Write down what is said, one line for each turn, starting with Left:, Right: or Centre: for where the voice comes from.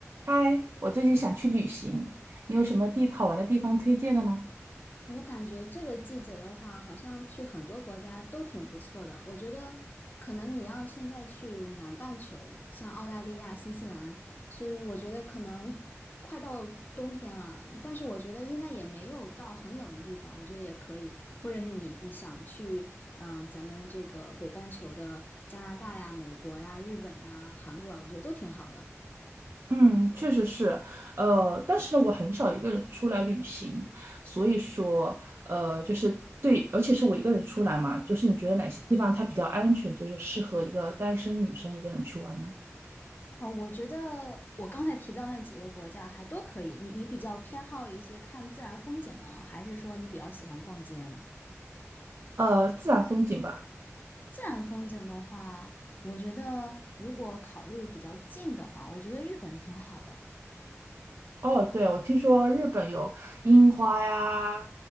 Right: 嗨，我最近想去旅行，你有什么地好玩的地方推荐的吗？
Left: 我感觉这个季节的话，好像去很多国家都挺不错的。我觉得，可能你要现在去南半球，像澳大利亚、新西兰，所以我觉得可能快到冬天了，但是我觉得应该也没有到很冷的地方，我觉得也可以。或者是你你想去，嗯、咱们这个北半球的加拿大呀、美国呀、日本啊、韩国啊，我觉得都挺好的。
Right: 嗯，确实是，呃，但是呢我很少一个人出来旅行，所以说，呃，就是对，而且是我一个人出来嘛，就是你觉得哪些地方它比较安全，就是适合一个单身女生一个人去玩呢？
Left: 哦，我觉得我刚才提到那几个国家还都可以。你你比较偏好一些看自然风景呢，还是说你比较喜欢逛街呢？
Right: 呃，自然风景吧。
Left: 自然风景的话，我觉得如果考虑比较近的话，我觉得日本挺好的，
Right: 哦，对，我听说日本有樱花呀，